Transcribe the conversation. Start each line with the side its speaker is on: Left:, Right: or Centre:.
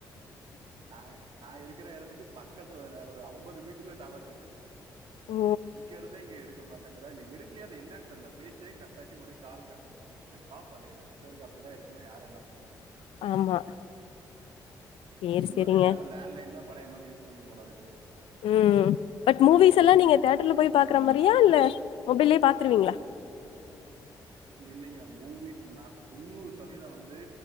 Right: நா நா இருக்கிற எடத்துக்கு பக் க்கத்துல இங்குன ஒரு அம்பது மீட்ருல டவர் இருக்குது
Left: ஓ
Right: இங்கெருந்தே இங்க எடுக்க மாட்டேங்குதா இல்ல எடுக்லயா அது என்னன் தெர்ல பேசுனே கட்டாச்சு மறுவ்டியு கால் கட்டுன் வரு து சேரி பாப்போ அது என்ன நெட்வொர்க்கே அப்டிதா இருக்குனா யாரு என்ன பண்ண முடியு
Left: ஆமா சேரி
Right: இதுக்கு
Left: சேரிங்க
Right: மேல எல்லாரு லேண்ட்லைன் தா பழைய மாரி யூஸ் பண்ணும் போல இருக்குது
Left: ம் பட் மூவிஸ் எல்லா நீங்க தேட்டர்ல போய் பாக்குற மாரியா இல்ல மொபைல்லயே பாத்துருவீங்ளா
Right: அதுங்க இல்லைங்க மூவிஸ் நா தொண்ணூறு சதவீத வந்து